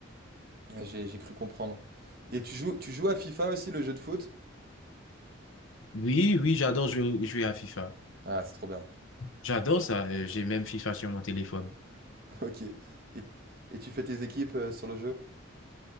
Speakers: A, on the right; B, on the left.
A: Ouais, J'ai j'ai cru comprendre. Et tu joues, tu joues à FIFA aussi, le jeu de foot
B: Oui, oui, j'adore jouer, jouer à FIFA.
A: Ah, c'est trop bien.
B: J'adore ça. euh, j'ai même FIFA sur mon téléphone.
A: <laughs> Ok. Et, et tu fais tes équipes euh, sur le jeu